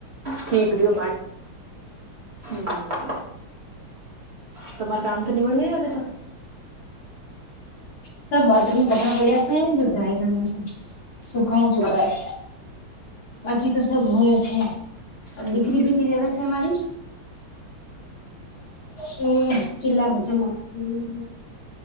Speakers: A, on the right; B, on the left.
A: ઠીક રઓ બ હમ <unintelligible> તમારા કામ તો નીવડુ ગયું, હવે તો.
B: સર બાથરૂમમાં કપડા પડ્યા છે, જો ડ્રાય કરના છે, સુખાવ છું
A: બાકી
B: બસ. બાકી તો સબ હોયું છે,
A: હમ
B: દીકરી ભી નની રેવસ અમારી. હ ચિલાખ <unintelligible>